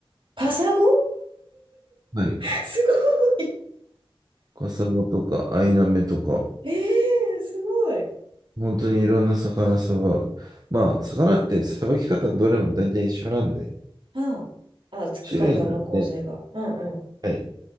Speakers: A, on the right; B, on the right.
A: カサゴ
B: はい。
A: <laughs> すごい。
B: カサゴとか、アイナメとか、
A: ええーすごい。
B: 本当にいろんな魚さば、まあ、魚ってさばき方どれも大体一緒なんで、
A: ああ、つく体の構成が。
B: 種類によって、
A: うんうん。
B: はい、